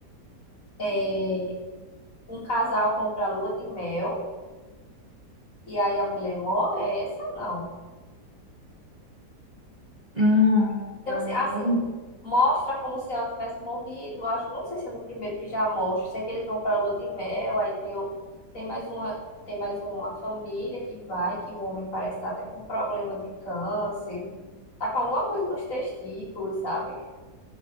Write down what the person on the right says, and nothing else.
Hum,
eu
não,